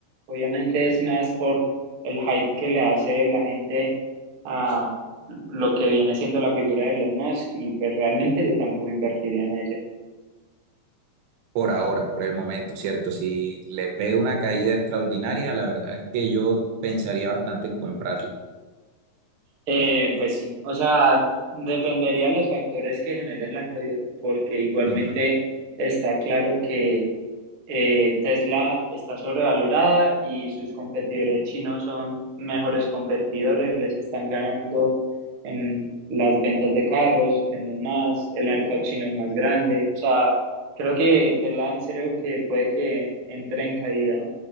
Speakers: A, on the right (about 55°); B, on the right (about 80°).
A: obviamente es más por el hype que le hace la gente a lo que viene siendo la figura de Elon Musk y pues realmente yo tampoco invertiría en ella.
B: por ahora, por el momento, ¿cierto? Si le pega una caída extraordinaria, la verdad es que yo pensaría bastante en comprarla.
A: Eh, pues sí, o sea, dependería de los factores que generen la caída, porque igualmente
B: Ujú.
A: está claro que eh, Tesla está sobrevalorada y sus competidores chinos son mejores competidores, les están ganando en las ventas de carros, venden más, el mercado chino es más grande. O sea, creo que Tesla en serio que puede que entre en caída